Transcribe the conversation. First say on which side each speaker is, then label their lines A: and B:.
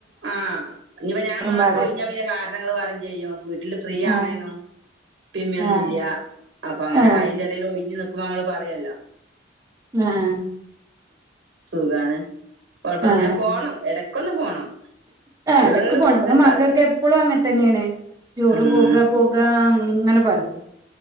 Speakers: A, on the right (about 65°); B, on the right (about 20°).
A: ആഹ്, ഇപ്പ ഞാൻ മാത്രം,
B: പാടെ
A: ഒയ്ഞ്ഞപിന്നെ, കാരണങ്ങള്, പറയുംചെയ്യും, വീട്ടില് ഫ്രീ
B: ആഹ്
A: ആണ് <unintelligible> പ്പേം, മ്മേം ന്നുല്ല,
B: ആഹ്
A: അപ്പൊ അങ്ങനെ,
B: ആഹ്
A: അയ്‌ന്റെടേയിൽ, ഒഴിന്ന്ക്കുമ്പോ, മ്മള് പറയോല്ലോ
B: ആഹ.
A: സുഖാണ്, കൊഴപ്പ
B: ആഹ്
A: ഇങ്ങനെ പോണം, ഇടക്കൊന്ന് പോണം.
B: ആ,
A: ഫുള്ള്
B: ഇടക്ക് പോണം,
A: വീട്ടിൽ
B: ഇവടെ
A: നിക്കാതെ
B: മക്കക്ക് എപ്പളും അങ്ങനെതന്നെണ്, ടൂർ
A: ഉം
B: പോക, പോക അങ്ങനെ പറയും,